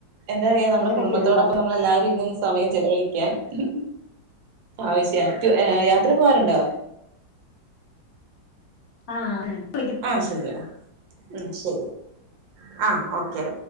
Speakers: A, on the right; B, on the left.
A: എന്താറയ നമ്മുടെ
B: അങ്ങനെയൊക്കെ
A: കുടുംബത്തോടൊപ്പം
B: ഒരു ഇതാണ്
A: നമ്മൾ എല്ലാരും ഇരുന്നും സമയം ചെലവഴിക്കാൻഹിഹി ആവശ്യയാത് ഏയ് യാത്ര പോവാറുണ്ടോ
B: ആ ഉം
A: ആ ശെരി ടാ ഉം ശെരി ആ ഓക്കേ